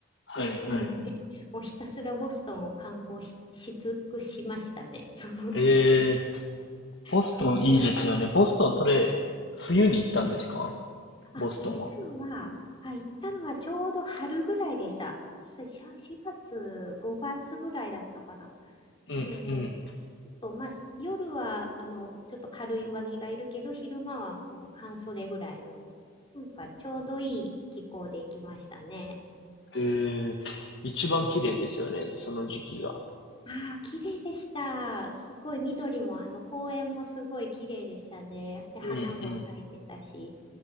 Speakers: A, on the left (about 55°); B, on the left (about 25°).
A: はいはい。
B: <laughs> なので、もうひたすらボストンを観光し、し尽くしましたね、その時。
A: ええー、ボストンいいですよね。
B: そうそう。
A: ボストン、それ、冬に行ったんですか
B: うんあ、
A: ボストンは。
B: 行ったのは、あ、行ったのはちょうど春ぐらいでした。しし4月、5月ぐらいだったかな。
A: うんうん。
B: なので、ちょっとまあ、す夜は、あの、ちょっと軽い上着がいるけど、昼間はもう半袖ぐらいの、なんかちょうどいい気候で行きましたね。
A: ええ、一番綺麗ですよね、
B: そうそ
A: その時期が。
B: う。ああ、綺麗でした。すごい緑も、あの、公園もすごい綺麗でしたね。で、花も咲いてたし。
A: うんうん。